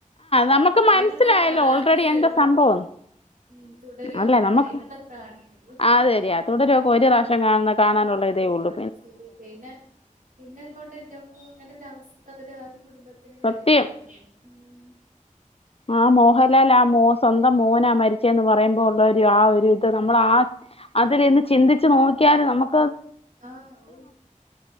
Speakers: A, on the left (about 45°); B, on the right (about 75°).
A: നമുക്ക് മനസ്സിലായല്ലോ
B: അയിനുള്ള ത്രാണിയേ
A: ഓൾറെഡി എന്റെ
B: ഉള്ളൂ
A: സംഭവം
B: ഉം തുടരും
A: അല്ലെ
B: അങ്ങനെ തന്നെ
A: നമുക്ക്
B: അയിനുള്ള ത്രാണിയേ ഉള്ളൂ
A: അഅതുശരി ആ തുടരക്കെ ഒരു
B: ഉം
A: പ്രാവശ്യം കാ കാണാനുള്ള ഇതേ ഉള്ളു
B: ശരി പിന്നെ പിന്നെ ഇങ്ങോട്ട് ജമ്മു അങ്ങനെ <unintelligible>
A: സത്യം
B: വരരുതെന്ന് തോന്നുന്നു ഉം
A: ആ
B: അതെ
A: മോഹൻലാൽ ആ മോ സ്വന്തം മോനാ മരിച്ച- പറയുമ്പോൾള്ള ഒരു ആ ഒരു- നമ്മൾ ആ അതിൽന്ന് ചിന്തിച്ചു നോക്കി ഒ നക്ക്
B: ആഹ് ഉ